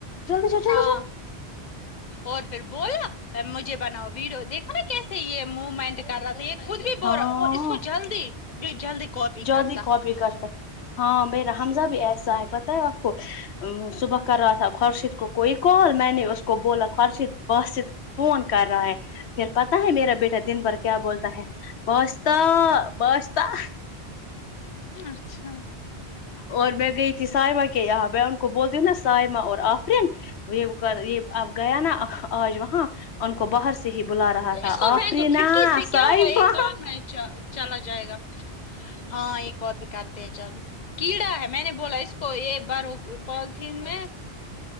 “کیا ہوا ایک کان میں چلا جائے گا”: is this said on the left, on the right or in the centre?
Left